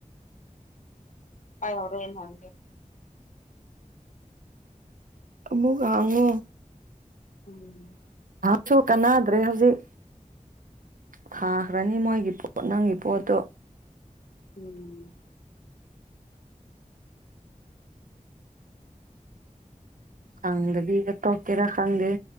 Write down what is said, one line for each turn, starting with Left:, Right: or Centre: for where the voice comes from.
Left: ꯄꯥꯏꯔꯣꯏ ꯍꯥꯏꯒꯦ
Right: ꯃꯨ ꯑꯉꯨ
Left: ꯎꯝ
Right: ꯁꯁꯨ ꯀꯅꯥꯗ꯭ꯔꯦ ꯍꯧꯖꯤꯛ ꯊꯥꯈ꯭ꯔꯅꯤ ꯃꯣꯏꯒꯤ ꯄꯣꯠ ꯅꯪꯒꯤ ꯄꯣꯠꯇꯣ
Left: ꯎꯝ
Right: ꯈꯪꯗꯕꯤꯗ ꯇꯣꯛꯀꯦꯔꯥ ꯈꯪꯗꯦ